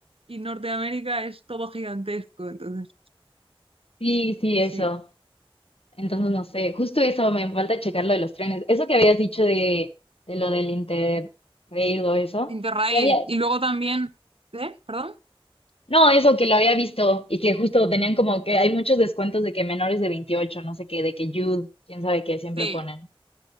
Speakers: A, on the right; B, on the left.
A: y Norteamérica es todo gigantesco, entonces,
B: Sí, sí,
A: sí,
B: eso.
A: sí.
B: Entonces, no sé, justo eso, me falta checar lo de los trenes. Eso que habías dicho de, de lo del Interrail o eso,
A: Interrail.
B: ya había,
A: Y luego también, ¿eh? ¿Perdón?
B: no, eso que lo había visto y que justo tenían como que hay muchos descuentos de que menores de 28 no sé qué, de que Youth, quién sabe qué, siempre
A: Sí,
B: ponen.